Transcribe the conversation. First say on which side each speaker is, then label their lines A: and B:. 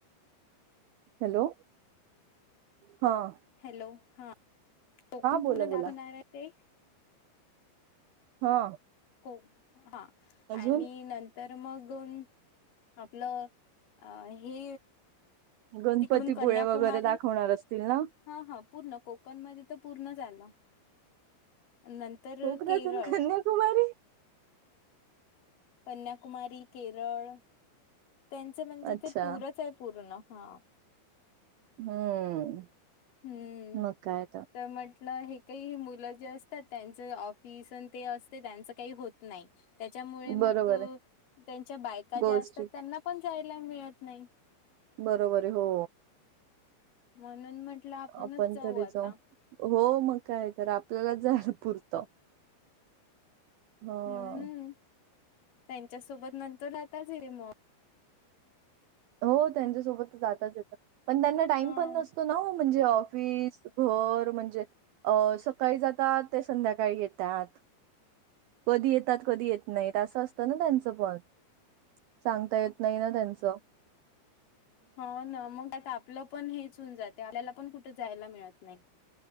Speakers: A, on the right (about 80°); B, on the left (about 50°).
A: हॅलो हां.
B: हॅलो हा कोकण
A: बोला
B: पुणं दाखवणार
A: बोला
B: आहे ते.
A: हा.
B: को हा
A: अजून
B: आणि नंत तर मगन आपलं अ हे
A: गणपतीपूळे
B: तिकडून कन्याकुमारी
A: वगैरे दाखवणार असतील ना.
B: हा हा पूर्ण कोकण मध्ये तर पूर्ण जाल्ला नं तर
A: कोकणातून
B: केरळ
A: कन्याकुमारी
B: कन्याकुमारी, केरळ त्यांच म्हणजे
A: अच्छा
B: ते टूरच आहे पूर्ण हा.
A: हम्म.
B: हम्म
A: मग काय
B: तर म्हटलं हे काही मुलं जे असतात त्यांच ऑफिस आणि ते असते त्यांचं काही होत नाही. त्याच्यामुळे मग
A: बरोबर
B: तो
A: आहे
B: त्यांच्या बायका ज्या
A: गोष्टी
B: असतात त्यांना पण जायला मिळत नाही.
A: बरोबर आहे हो.
B: म्हणून म्हटलं आपणच
A: आपण
B: जाऊ
A: तरी
B: आता.
A: हो मग काय तर आपल्याला जायला पुरतं. हो.
B: हम्म त्यांच्यासोबत नंतर आताच रे मग
A: हो त्यांच्यासोबत जातच येता पण त्यांना टाइम
B: हा
A: पण नस तो नाव म्हणजे ऑफिस घर म्हणजे अ सकाळी जातात ते संध्याकाळी येतात. कधी येतात कधी येत नाहीत असं असतं ना त्यांचं पण. सांगता येत नाही ना त्यांचं.
B: हा ना मग आता आपलं पण हेच होऊन जाते आपल्याला पण कुठं जायला मिळत नाही.